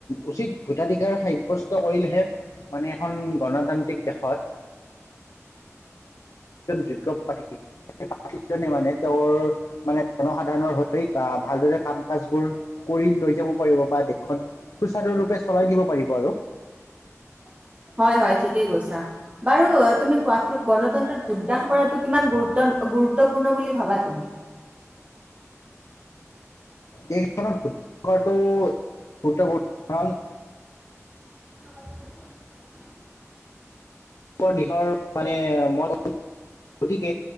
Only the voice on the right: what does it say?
<inaudible> হয় হয়, ঠিকেই কৈছা। বাৰু তুমি কোৱাটো গণতন্ত্ৰত যোগদান কৰাটো কিমান গুৰুত্ব গুৰুত্বপূৰ্ণ বুলি ভাবা তুমি।
<inaudible>